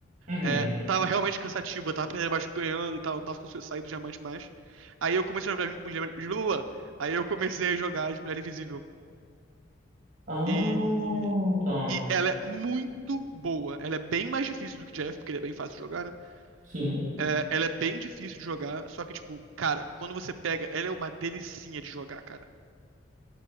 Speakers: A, on the right (about 40°); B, on the right (about 85°).
A: Uhum.
B: É, tava realmente cansativo, eu tava perdendo, mas ganhando e tal, não tava conseguindo sair do diamante mais. Aí eu comecei a jogar mulher, mulher, aí eu comecei a jogar de Mulher Invisível.
A: Ah,
B: E,
A: tá.
B: e ela é muito boa. Ela é bem mais difícil do que Jeff, porque ele é bem fácil de jogar, né?
A: Sim.
B: É, ela é bem difícil de jogar, só que, tipo, cara, quando você pega, ela é uma delicinha de jogar, cara.